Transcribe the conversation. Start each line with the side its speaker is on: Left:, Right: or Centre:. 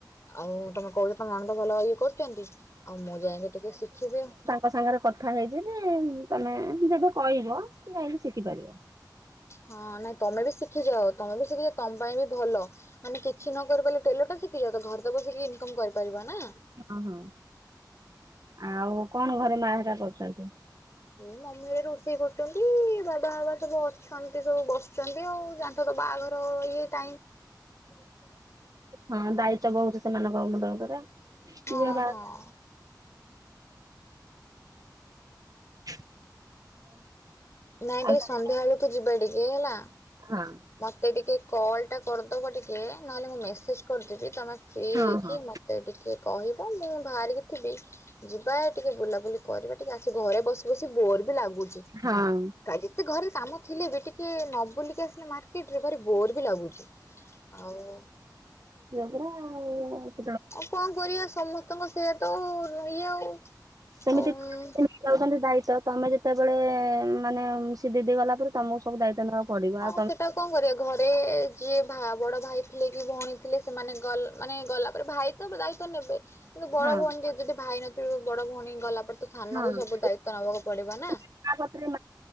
Left: ଆଉ ତମେ କହୁଛ ତମ ନଣଦ ଭଲ ଇଏ କରୁଛନ୍ତି ଆଉ ମୁଁ ଯାଇକି ଟିକେ ଶିଖିବି ଆଉ
Right: ତା ସାଙ୍ଗରେ କଥା ହେଇଯିବି ତମେ ଯେବେ କହିବ ତ ଯାଇକି ଶିଖି ପାରିବ।
Left: ହଁ ନାଇଁ ତମେ ବି ଶିଖିଯାଅ ତମେ ବି ଶିଖିଯାଅ ତମ ପାଇଁ ବି ଭଲ ମାନେ କିଛି ନ କରି ପାରଲେ ଟେଲରଟା ଶିଖି ଯାଆ ତ ଘରେ ତ ବସିକି ଇନକମ୍ କରିପାରିବ ନା
Right: ଓହୋ ଆଉ କଣ ଘରେ ମା ହେରିକା କରୁଛନ୍ତି।
Left: ହୁଁ ମମି ଏଇ ରୋଷେଇ କରୁଛନ୍ତି ବାବା ବାବା ସବୁ ଅଛନ୍ତି ସବୁ ବସଛନ୍ତି ଆଉ ଯାଠ ତ ବା ତାଘର ଇଏ ଟାଇଁ
Right: ହଁ ଦାୟିତ୍ଵ ବହୁତ ସେମାନଙ୍କ ମୁଣ୍ଡ ଉପରେ ଝିଅ
Left: ହଁ
Right: ବାହା
Left: ହଁ
Right: ହ
Left: ନାଇଁ ଟିକେ
Right: ସବୁ
Left: ସନ୍ଧ୍ୟା ବେଳକୁ ଯିବା ଟିକେ ହେଲା
Right: ହଁ
Left: ମତେ ଟିକେ କଲ୍ ଟା କରିଦବ ଟିକେ ନହେଲେ ମୁଁ ମେସେଜ କରିଦେବି ତମେ ଫ୍ରି
Right: ହଁ
Left: ହେଇକି
Right: ହଁ
Left: ମତେ ଟିକେ କହିବ ମୁଁ ବାହାରିକି, ଯିବି ଯିବା ଟିକେ ବୁଲାବୁଲି କରିବା ଟିକେ ଆସିକି ଘରେ ବସି ବସି ବୋର୍ ବି ଲାଗୁଛି
Right: ହଁ।
Left: ଯେତେ ଘରେ କାମ ଥିଲେ ବି ଟିକେ ନ ବୁଲିକି ଆସିଲେ ମାର୍କେଟରେ ବୋର ବି ଲାଗୁଛି ଆଉ
Right: ଆ
Left: ଆଉ କଣ କରିବା ସମସ୍ତଙ୍କ ସେଇଆ ତ ଇଏ ଆଉ
Right: ସେମିତି
Left: ଆଉ
Right: ଯାଉଛନ୍ତି ଭାଇ ତ ତମେ ଯେତେବେଳେ ମାନେ ସେ ଦିଦି ଗଲା ପରେ ତମକୁ ସବୁ ଦାୟିତ୍ବ ନେବାକୁ ପଡିବ
Left: ହଁ
Right: ଆଉ ତମେ
Left: ସେଟା କଣ କରିବା ଘରେ ଯିଏ ବା ବଡ଼ ଭାଇ ଥିଲେ କି ଭଉଣୀ ଥିଲେ ସେମାନେ ଗଲେ ମାନେ ଗଲା ପରେ ଭାଇ ତ ଦାୟିତ୍ୱ ନେବେ କିନ୍ତୁ ବଡ
Right: ହଁ
Left: ଭଉଣୀ ଟ ଯଦି ଭାଇ ନଥିବେ ବଡ ଭଉଣୀ ଗଲା ପରେ ତ ସାନକୁ
Right: ହଁ ମା,
Left: ସବୁ ଦାୟିତ୍ୱ ନବାକୁ ପଡିବ ନା।
Right: ଙ୍କ କତିରେ